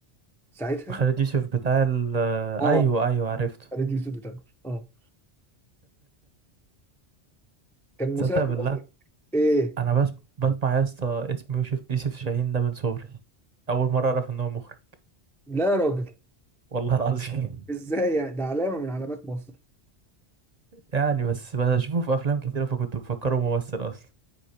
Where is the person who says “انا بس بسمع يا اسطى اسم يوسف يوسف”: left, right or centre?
Right